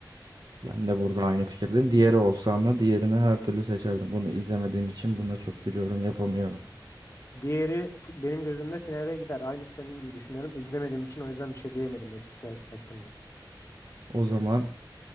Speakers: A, on the right; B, on the left.
A: Ben de burada aynı fikirdeyim. Diğeri olsa ama diğerini her türlü seçerdim. Bunu izlemediğim için buna çok bir yorum yapamıyorum.
B: Diğeri f- benim gözümde finale gider. Aynı senin gibi düşünüyorum. İzlemediğim için o yüzden bir şey diyemedim eskisi ha- hakkında.
A: O zaman